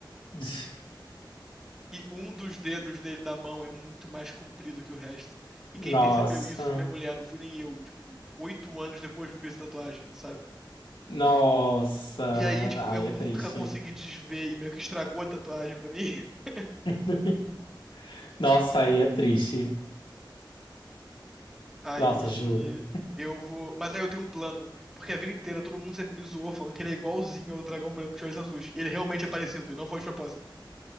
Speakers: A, on the left; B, in the centre.
A: uhum. <laughs>
B: E um dos dedos dele da mão é muito mais comprido que o resto. E
A: Nossa,
B: quem percebeu isso foi minha mulher, não fui nem eu. Tipo, oito anos depois que eu fiz a tatuagem, sabe?
A: nossa,
B: E aí, tipo,
A: aí
B: eu nunca
A: é triste.
B: consegui desver e meio que estragou a tatuagem pra mim. <laughs>
A: <laughs> Nossa, aí é triste.
B: Aí
A: Nossa, juro.
B: eu vou. Mas aí eu tenho um plano. Porque a vida inteira todo mundo sempre me zoou falando que ele é igualzinho ao dragão branco de olhos azuis. E ele realmente é parecido, e não foi de propósito.